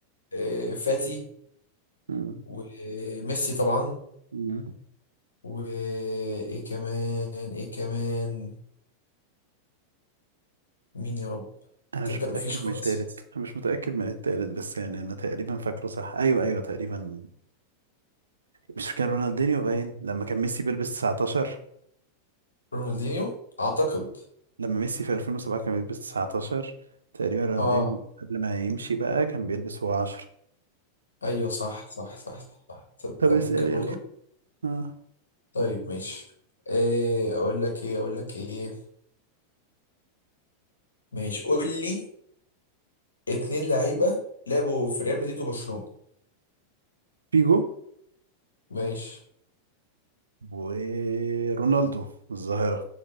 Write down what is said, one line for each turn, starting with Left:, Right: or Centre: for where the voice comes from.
Left: آه، فاتي
Right: مم.
Left: وميسي طبعا
Right: مم.
Left: وايه كمان ايه كمان مين يا رب
Right: انا
Left: تصدق
Right: مش متاكد
Left: مفيش خالص
Right: من الثالث انا مش متاكد من الثالث بس يعني انا تقريبا فاكره صح ايوه ايوه تقريبا مش كان رونالدينيو باين لما كان ميسي بيلبس 19
Left: رونالدينيو اعتقد
Right: لما ميسي في 2007 كان بيلبس 19 تقريبا رونالدينيو
Left: اه
Right: قبل ما يمشي بقى كان بيلبس هو 10
Left: ايوه صح صح صح صح صح. تصدق
Right: طب اسال
Left: ممكن
Right: يلا
Left: برضو
Right: آه.
Left: طيب ماشي ايه اقول لك ايه اقول لك ايه ماشي قول لي اتنين لعيبه لعبوا في ريال مدريد وبرشلونه
Right: فيجو
Left: ماشي
Right: ورونالدو الظاهرة